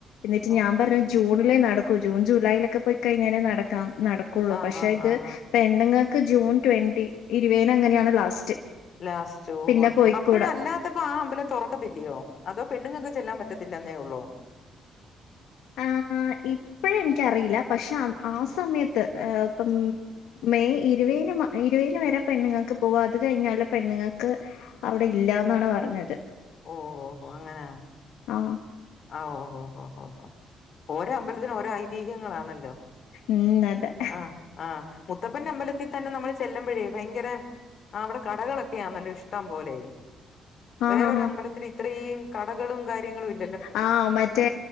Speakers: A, on the left; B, on the left.
A: എന്നിട്ട്
B: ഓഹ്
A: ഞാൻ പറഞ്ഞു ജൂണിലേ നടക്കൂ ജൂൺ ജൂലൈലൊക്കെ പോയി കൈയ്ഞ്ഞേരേ നടക്കാം നടക്ക കുള്ളു
B: ആഹ്
A: പഷെ
B: ആഹ്
A: ഇത്
B: ആഹ്
A: പെണ്ണുങ്ങക്ക് ജൂൺ ട്വന്റി ഇരുവേന് അങ്ങനെണ് ലാസ്റ്റ്
B: ലാസ്റ്റ് ഓഹ്
A: പിന്നെ
B: ഓഹ്
A: പോയിക്കൂട
B: അപ്പോഴല്ലാത്ത അപ്പൊ ആ അമ്പലം തോറക്കത്തില്ലയോ അതോ പെണ്ണുങ്ങക്ക് ചെല്ലാൻ പറ്റത്തില്ലെന്നേ ഉള്ളൂ..
A: ആഹ് ഇപ്പഴെനിക്കറിയില്ല പഷെ അൻ ആ സമയത്ത് ഏഹ് ഇപ്പം. മെയ് ഇരുവയ്ന് മ ഇരുവേനു വരെ പെണ്ണുങ്ങക്ക് പോവ അത് കഴിഞ്ഞാല് പെണ്ണുങ്ങക്ക് അവിടെ ഇല്ലാന്നാണ് പറഞ്ഞത്.
B: ഓഹ് ഓഹ് ഓഹ് ഓഹോ അങ്ങനാ
A: ആഹ്
B: ആഹ് ഓഹോ ഹോ ഹോ ഓരോ അമ്പലത്തിന് ഓരോ ഐതീഹ്യങ്ങളാന്നല്ലോ.
A: ഉം അതെ
B: ആഹ് ആഹ് മുത്തപ്പന്റെ അമ്പലത്തിൽ തന്നെ നമ്മൾ ചെല്ലുമ്പോഴേ ഭയങ്കര ആഹ് അവിടെ കടകളൊക്കെ യാന്നല്ലോ ഇഷ്ടം പോലെ
A: ആഹ്
B: വേറൊരമ്പലത്തിൽ
A: ആഹ്
B: ഇത്രം കടകളും കാര്യങ്ങളും ഇ
A: ആഹ് മറ്റേ